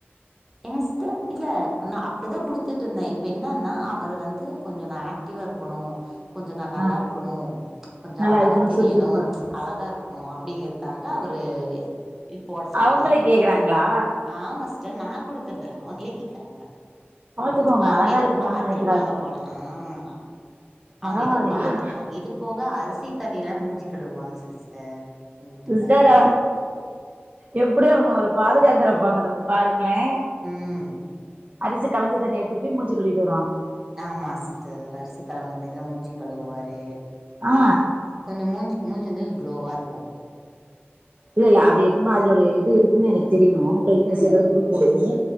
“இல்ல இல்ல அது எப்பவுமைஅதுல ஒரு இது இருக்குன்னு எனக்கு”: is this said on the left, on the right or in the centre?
Right